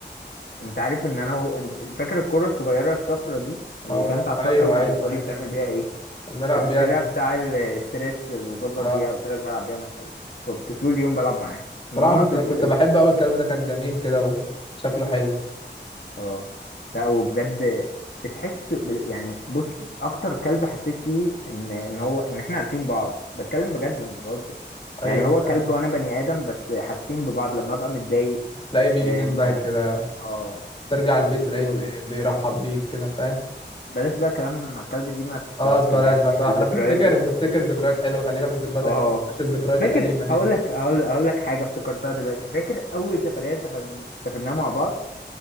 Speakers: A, on the left; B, on the left.
A: انت عارف ان انا و... انت فاكر الكرة الصغيرة الصفرة دي اللي
B: اه
A: كانت على
B: ايوه
A: السطح وكنت
B: ايوه
A: بتقولي
B: ايوه
A: بتعمل بيها ايه
B: طب نلعب
A: كنت فاكرها
B: يعني
A: بتاع الاستريس وبضغط
B: اه
A: بيها قلت لك بلعب بيها مع الكلب كنت طول اليوم بلعب معاه
B: صراحة
A: من وانا
B: كنت
A: طفل
B: كنت
A: ال-
B: بحب قوي الكلب ده كان جميل كده وشكله حلو
A: اه لا وبجد بتحس ب... يعني بص اكتر كلب حسيت فيه ان ان هو ان احنا عارفين بعض بتكلم بجد مش بهزر
B: ايوه
A: يعني هو
B: فاهم
A: كلب وانا بني ادم بس حاسين ببعض لما ابقى متضايق
B: تلاقيه بيجي
A: اه
B: جنبك
A: ما...
B: كده
A: اه
B: ترجع البيت تلاقيه
A: يلا
B: بي- بيرحب بيك كده فاهم
A: بلاش بقى كلام مع الكلب دي ما
B: خلاص
A: ت- ما
B: بلاش
A: ترجعنيش
B: بلاش آه،
A: للذكريات
B: احنا بنفتكر
A: دي
B: بنفتكر ذكريات حلوه خلينا في الذكريات
A: اه
B: الحلوه مش الذكريات
A: فاكر
B: الأليمة دي
A: هقول لك هقول هقول لك حاجه افتكرتها دلوقتي فاكر اول سفريه سفر... سافرناها مع بعض